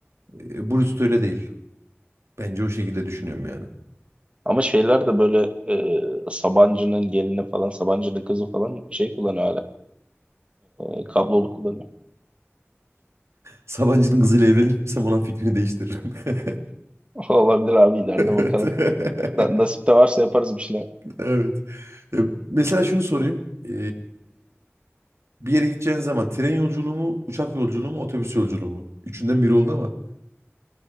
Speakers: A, on the right; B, on the right.
A: e, Bluetooth öyle değil. Bence o şekilde düşünüyorum yani.
B: Ama şeyler de böyle e, Sabancı'nın gelini falan, Sabancı'nın kızı falan şey kullanıyor hala. E, kablolu kullanıyor.
A: Sabancı'nın kızıyla evlenirsem ona fikrini değiştiririm. <laughs>
B: <laughs> Olabilir abi ileride
A: Evet.
B: bakalım.
A: <laughs>
B: Na- Nasip de varsa yaparız bir şeyler.
A: Evet. E, Mesela şunu sorayım. E, bir yere gideceğiniz zaman tren yolculuğu mu, uçak yolculuğu mu, otobüs yolculuğu mu? Üçünden biri oldu ama.